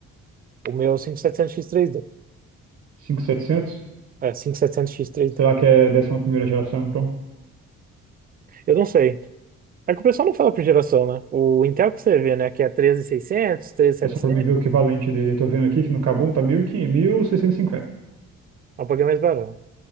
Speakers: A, on the right (about 30°); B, on the right (about 50°).
A: O meu é o 5700X3D.
B: 7? setecentos?
A: É, 5700X3D.
B: Será que é décima primeira geração, então?
A: Eu não sei. É que o pessoal não fala por geração, né? O Intel que você vê, né? Que é 13600, 13700,
B: É só para mim ver o equivalente dele. Eu tô vendo aqui que no Kabum tá mil mil e quinhentos, mil seiscentos e cinquenta.
A: é um pouquinho mais barato. Um